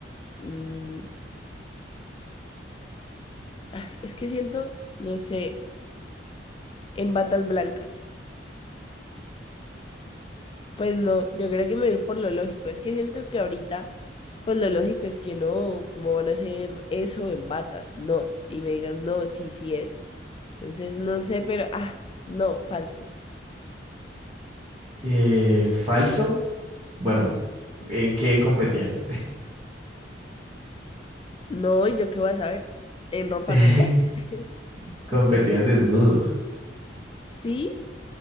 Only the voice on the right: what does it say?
Eh, ¿falso? Bueno, ¿en qué competían?
<laughs>
Competían desnudos.